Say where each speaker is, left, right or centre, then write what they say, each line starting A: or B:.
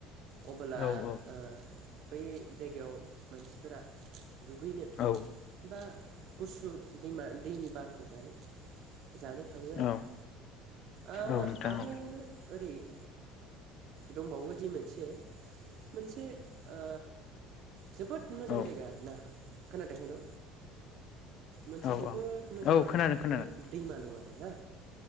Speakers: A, on the right (about 60°); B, on the left (about 60°).
A: अबोला
B: औ
A: ओ बै जायगायाव मानसिफोरा दुगैनो
B: औ
A: बा गुसु दैमा दैनि बारखौ जानो जानो थाङो आरो
B: औ
A: ना ओ
B: औ नोंथां
A: आरो
B: औ
A: ओरै ओ दंबावो जि मोनसे मोनसे ओ जोबोद मोजां
B: औ
A: जायगा आरोना खोनादों हेलौ मोनसे
B: औ
A: जोबोद मोजां
B: औ खोनादों
A: माने
B: खोनादों
A: दैमा दं आरो ना